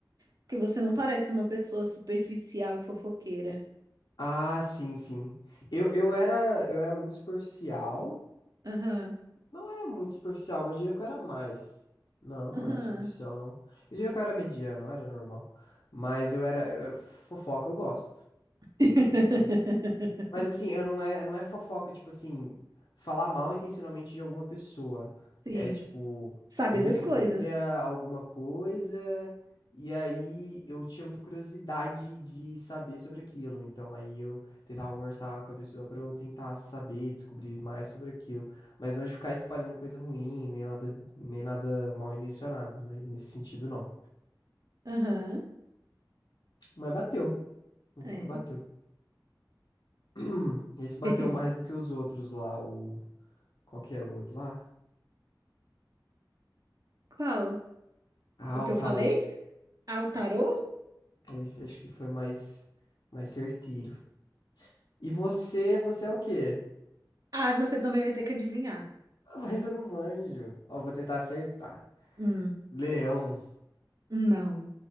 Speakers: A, on the right; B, on the left.
A: porque você não parece uma pessoa superficial e fofoqueira.
B: Ah, sim, sim. Eu, eu era eu era muito superficial.
A: Aham,
B: Não era muito superficial, mas eu diria que eu era mais. Não, não
A: aham.
B: era superficial, não. Eu diria que eu era mediano, eu era normal. Mas eu era eh, fofoca, eu gosto.
A: <laughs>
B: Sempre gostei. Mas assim, eu não é, não é fofoca, tipo assim, falar mal intencionalmente de alguma pessoa.
A: Sim.
B: É tipo,
A: Sabe
B: eu recebia
A: das coisas.
B: alguma coisa e aí eu tinha muita curiosidade de saber sobre aquilo. Então aí eu tentava conversar com a pessoa pra eu tentar saber, descobrir mais sobre aquilo, mas não de ficar espalhando coisa ruim, nem nada, nem nada mal intencionado, né? Nesse sentido não.
A: Aham,
B: Mas bateu, não
A: é.
B: tem que bateu. Hum, Esse bateu
A: <laughs>
B: mais do que os outros lá, o qual que era o outro lá?
A: Qual?
B: Ah,
A: O que
B: o
A: eu
B: tarô.
A: falei? Ah, o tarô?
B: É, Esse acho que foi mais, mais certeiro. E você, você é o quê?
A: Ah, você também vai ter que adivinhar.
B: Ah, <laughs> Mas eu não manjo. Ó, vou tentar acertar.
A: Hum,
B: Leão.
A: não,